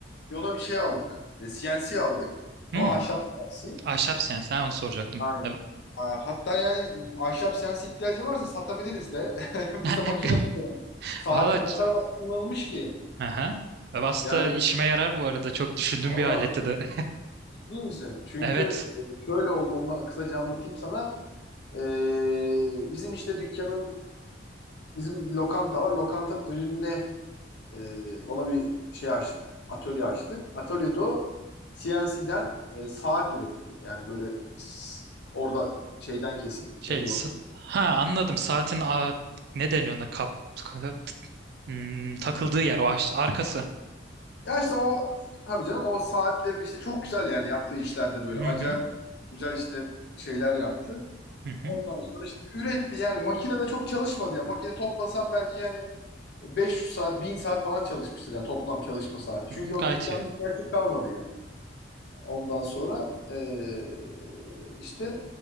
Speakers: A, on the left; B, on the right.
A: yola bir şey aldık. E, CNC aldık.
B: hmm,
A: Ama ahşap CNC.
B: ahşap sen onu soracaktım.
A: Aynen.
B: Evet.
A: Ha, Hatta yani m, ahşap CNC ihtiyacın varsa satabiliriz de. <laughs>
B: <laughs>
A: Bizde makine
B: Ne- ka-
A: duruyor. Saati
B: Valla
A: o
B: ç-
A: kadar kullanılmış ki.
B: aha. Aslında
A: Yani
B: işime yarar bu arada. Çok düşündüğüm
A: valla
B: bir aletti de.
A: ciddi misin?
B: <laughs>
A: Çünkü
B: Evet.
A: e, şöyle oldu. Onu da kısaca anlatayım sana. E, bizim işte dükkanın bizim lokanta var. Lokantanın önüne Ee, ona bir şey açtık. Atölye açtık. Atölyede o CNC'den e, saat üretti. Yani böyle s- orada şeyden kesip
B: Şey
A: neydi
B: sa-
A: o?
B: ha anladım. Saatin a- ne deniyor ona kap, ka- hmm, takıldığı yer o ahş- arkası.
A: Ya işte o tabii canım o saatlerin işte çok güzel yani yaptığı işlerde böyle
B: Hı
A: acayip
B: hı
A: güzel işte şeyler yaptı.
B: hı hı.
A: Ondan sonra işte üretti yani makinede çok çalışmadı yani makine toplasam belki yani 500 saat 1000 saat falan çalışmıştır yani toplam çalışma saati. Çünkü
B: Hı hı,
A: o
B: Gayet
A: dükkanda
B: iyi.
A: artık kalmadı yani. Ondan sonra eee, işte